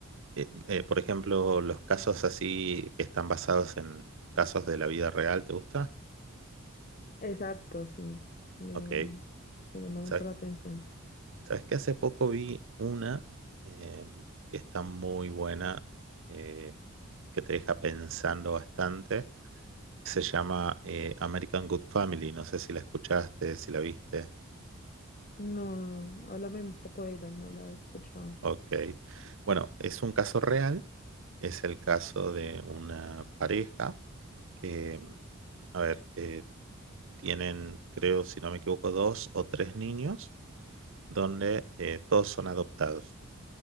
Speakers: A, on the right; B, on the left.
A: eh, eh, por ejemplo, los casos así que están basados en casos de la vida real, ¿te gusta?
B: Exacto, sí, me,
A: Ok,
B: me llama mucho
A: ¿sabes?
B: la atención.
A: ¿Sabes que hace poco vi una em, que está muy buena, eh, que te deja pensando bastante? Se llama eh, American Good Family, no sé si la escuchaste, si la viste.
B: No, no, háblame un poco de ella, no la he escuchado.
A: Ok. Bueno, es un caso real, es el caso de una pareja que, a ver, eh, tienen, creo, si no me equivoco, dos o tres niños, donde eh, todos son adoptados.